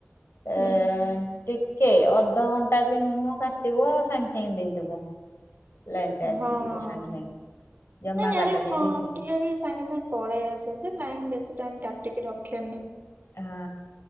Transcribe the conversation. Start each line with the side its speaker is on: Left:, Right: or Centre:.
Left: ଏ
Right: ହୁଁ।
Left: ଟିକେ ଅଧଘଣ୍ଟା ବି ନୁହଁ କାଟିବ ସାଙ୍ଗେ ସାଙ୍ଗେ ଦେଇଦବ। ଲାଇନଟା ଆସିଯିବ
Right: ହଁ।
Left: ସାଙ୍ଗେ ସାଙ୍ଗେ। ଜମା
Right: ନାଇଁ ଆଡେ
Left: କାଟେନି
Right: କଟିଲେ
Left: ଯେହେତୁ
Right: ବି ସାଙ୍ଗେ ସାଙ୍ଗେ ପଳେଇ ଆସେ ସେ ଲାଇନ ବେଶୀ ଟାଇମ କାଟିକି ରଖେନି।
Left: ହଁ